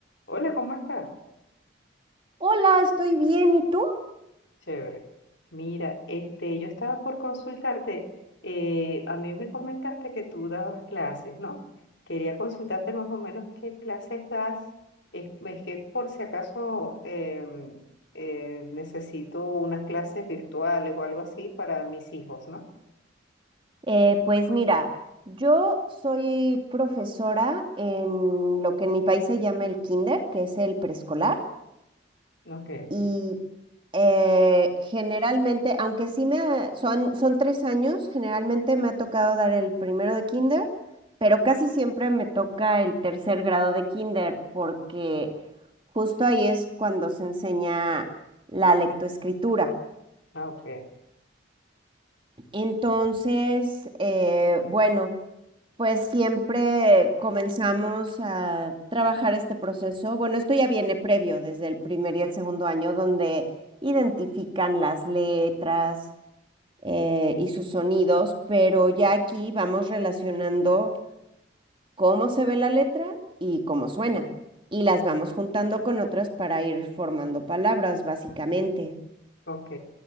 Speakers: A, on the left; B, on the right.
A: Hola, ¿cómo estás?
B: Hola, estoy bien. ¿Y tú?
A: Chévere. Mira, este, yo estaba por consultarte. eh, a mí me comentaste que tú dabas clases, ¿no? Quería consultarte más o menos qué clases das. Es, es que por si acaso em, eh, necesito unas clases virtuales o algo así para mis hijos, ¿no?
B: Eh, pues mira, yo soy profesora en lo que en mi país se llama el kinder, que es el preescolar,
A: Ok,
B: y eh, generalmente, aunque sí me ha- son, son tres años, generalmente me ha tocado dar el primero de kinder, pero casi siempre me toca el tercer grado de kinder, porque justo ahí es cuando se enseña la lectoescritura.
A: ah, ok.
B: Entonces, eh, bueno. Pues siempre comenzamos a trabajar este proceso. Bueno, esto ya viene previo desde el primer y el segundo año, donde identifican las letras eh, y sus sonidos, pero ya aquí vamos relacionando cómo se ve la letra y cómo suena. Y las vamos juntando con otras para ir formando palabras, básicamente.
A: Ok.